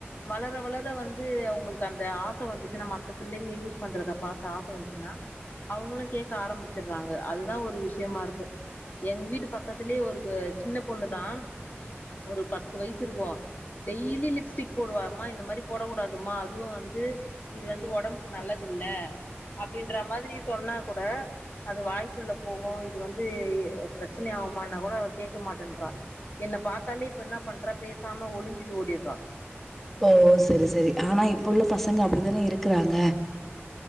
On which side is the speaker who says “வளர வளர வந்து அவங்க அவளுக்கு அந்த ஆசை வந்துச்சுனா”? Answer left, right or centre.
Left